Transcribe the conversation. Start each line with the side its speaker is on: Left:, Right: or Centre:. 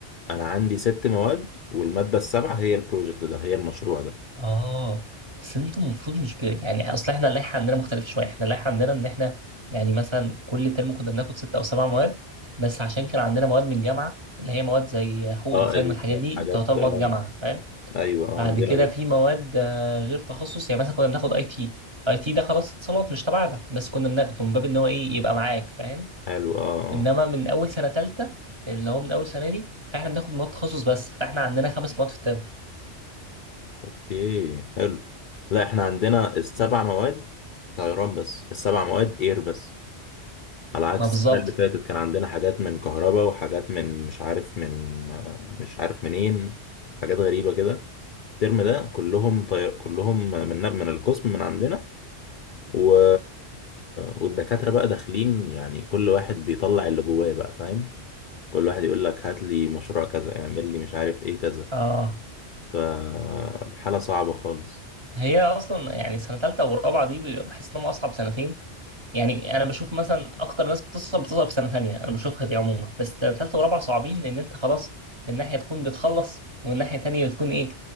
Left: انا عندي ست مواد والمادة السابعة هي البروجكت ده هي المشروع ده
Right: اه بس انتوا المفروض مش ب... يعني اصل احنا اللائحة عندنا مختلفة شوية، احنا اللائحة عندنا ان احنا يعني مثلا كل ترم كنا بناخد ست او سبع مواد بس عشان كان عندنا مواد من جامعة اللي هي مواد زي حقوق
Left: اه
Right: انسان
Left: اللي
Right: من الحاجات
Left: هي
Right: دي
Left: الحاجات
Right: تعتبر
Left: اه
Right: مواد جامعة فاهم؟
Left: ايوه اه
Right: بعد
Left: عندنا
Right: كده
Left: برضه
Right: في مواد آه، غير تخصص يعني مثلا كنا بناخد اي تي، اي تي ده خلاص اتصالات مش تبعنا بس كنا بناخده من باب ان هو ايه يبقى معاك فاهم؟
Left: حلو اه اه
Right: انما من اول سنة تالتة اللي هو من اول سنة دي فاحنا بناخد مواد تخصص بس فاحنا عندنا خمس مواد في الترم
Left: اوكي حلو لا احنا عندنا السبع مواد طيران بس السبع مواد اير بس على عكس
Right: ما بالظبط
Left: السنة اللي فاتت كان عندنا حاجات من كهرباء وحاجات من مش عارف من آه، مش عارف منين حاجات غريبة كده الترم ده كلهم طي... كلهم من من القسم من عندنا و... والدكاترة بقى داخلين يعني كل واحد بيطلع اللي جواه بقى فاهم كل واحد يقول لك هات لي مشروع كذا اعمل لي مش عارف ايه كذا
Right: اه
Left: فالحالة صعبة خالص
Right: هي اصلا يعني سنه ثالثه ورابعه دي بي- بحس انهم اصعب سنتين يعني انا بشوف مثلا اكتر ناس بتصعب بتصعب في سنه ثانيه انا بشوفها دي عموما بس سنه ثالثه ورابعه صعبين لان انت خلاص من ناحيه تكون بتخلص ومن ناحيه ثانيه بتكون ايه